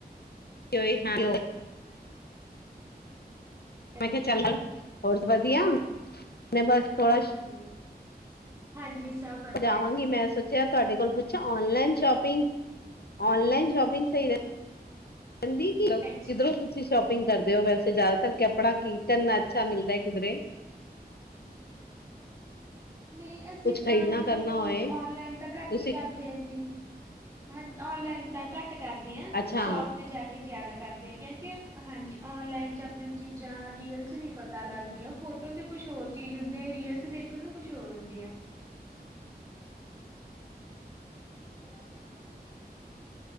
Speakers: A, on the left (about 70°); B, on the right (about 20°).
A: ਈ ਹਾਂ
B: ਅੱਛਾ
A: ਮੈਂ ਕਿਹਾ ਚੱਲ
B: ਠੀਕ ਹੈ,
A: ਹੋਰ ਵਧੀਆ? ਮੈਂ ਬਸ ਥੋੜਾ
B: ਹਾਂਜੀ ਹਾਂਜੀ ਸਭ ਵਧੀਆ,
A: ਪੁਜਾਵਾਂਗੀ ਮੈਂ ਸੋਚਿਆ ਤੁਹਾਡੇ ਕੋਲ ਪੁੱ ਅੱਛਾ ਔਨਲਾਈਨ ਸ਼ੋਪਿੰਗ ਔਨਲਾਈਨ ਸ਼ਪਿੰਗ ਸਹੀ ਰੈਂਦੀ ਕਿਧਰੋਂ
B: ਅੱਛਾ।
A: ਤੁਸੀਂ ਸ਼ੋਪਿੰਗ ਕਰਦੇ ਹੋ ਵੈਸੇ ਜ਼ਿਆਦਾਤਰ ਆਪਣਾ ਕੀਰਤਨ ਅੱਛਾ ਮਿਲਦਾ ਕਿਧਰੇ
B: ਨਹੀਂ ਅਸੀਂ
A: ਕੁਛ ਖਰੀਦਣਾ
B: ਤਾਂ ਦੇਖੋ
A: ਕਰਨਾ ਹੋਏ
B: ਔਨਲਾਈਨ ਤਾਂ ਘੱਟ
A: ਤੁਸੀਂ
B: ਹੀ ਕਰਦੇ ਹਾਂ ਜੀ ਹਾਂਜੀ ਔਨਲਾਈਨ ਤਾਂ ਘੱਟ ਕਰਦੇ ਹ
A: ਅੱਛਾ
B: ਸ਼ੋਪ ਤੇ ਜਾ ਕੇ ਜਿਆਦਾ ਕਰਦੇ ਆ ਕਿਉਂਕਿ ਹਾਂਜੀ ਓਨਲਾਈਨ ਚ ਆਪਣੇ ਚੀਜ਼ਾਂ ਰੀਲ ਚ ਨੀ ਪਤਾ ਲੱਗਦੀਆਂ ਫੋੋ ਤੇ ਕੁਛ ਹੋਰ ਚੀਜ਼ ਹੁੰਦੀ ਰੀਅਲ ਦੇਖਣ ਨੂੰ ਕੁਛ ਹੋਰ ਹੁੰਦੇ ਆ। ਬ